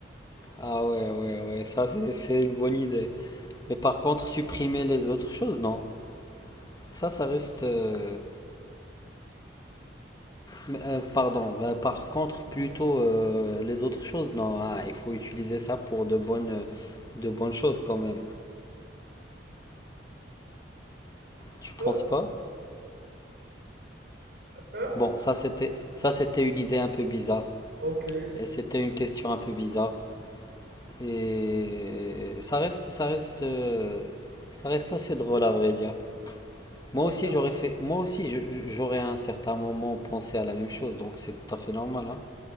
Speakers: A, on the left; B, on the right.
A: Ah ouais, ouais, ouais, ça, c'est, c'est une bonne idée. Mais par contre, supprimer les autres choses, non. Ça, ça reste. euh, mais, euh, pardon. euh, par contre, plutôt euh, les autres choses, non. Ah, il faut utiliser ça pour de bonnes, de bonnes choses quand même. Tu penses
B: Toi,
A: pas?
B: hein?
A: Bon, ça c'était ça c'était une idée un peu bizarre
B: Ok.
A: et c'était une question un peu bizarre
B: Ok.
A: et ça reste ça reste euh, ça reste assez drôle à vrai dire. Moi
B: D'accord.
A: aussi j'aurais fait moi aussi je- je- j'aurais à un certain moment pensé à la même chose donc c'est tout à fait normal hein.